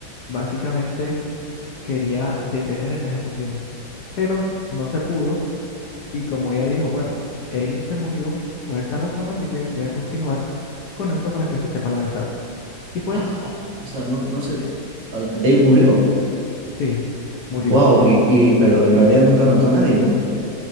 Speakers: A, on the left; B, on the right.
A: básicamente quería detener esa ejecución, pero no se pudo Y como ella dijo, bueno, él se murió por esta razón, así que voy a continuar con eso para que se sepa la verdad. Y pues,
B: Ah, o sea, no, no sé,
A: eh,
B: ah, Dave murió.
A: sí, murió.
B: Wow, y, y, pero en realidad nunca mató a nadie, ¿no?